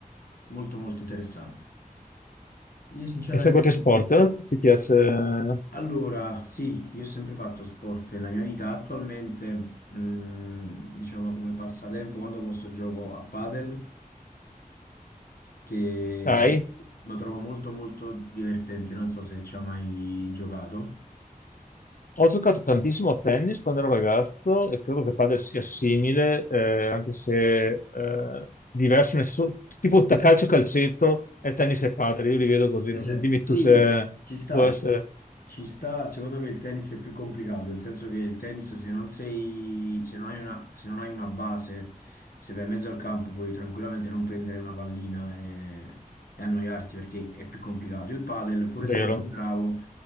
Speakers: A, on the left; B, on the left.
A: è molto molto interessante. Io sinceramente,
B: E fai qualche sport? Ti piace? eh,
A: allora, sì, io ho sempre fatto sport nella mia vita, attualmente, mm, diciamo come passatempo, quando posso gioco a padel. che
B: Dai.
A: lo trovo molto molto divertente, non so se ci ha mai giocato.
B: Ho giocato tantissimo a tennis quando ero ragazzo e credo che padel sia simile, eh, anche se eh, diverso, nel senso- tipo da calcio calcetto e tennis e padel, io li vedo così,
A: Eh,
B: non
A: se-
B: so, dimmi
A: Sì,
B: tu se
A: ci sta,
B: può essere
A: ci sta. Secondo me il tennis è più complicato, nel senso che il tennis se non sei, se non hai una, se non hai una base, se vai in mezzo al campo puoi tranquillamente non prendere una pallina e, e annoiarti perché è più complicato. Il padel, pure
B: vero.
A: se non sei bravo,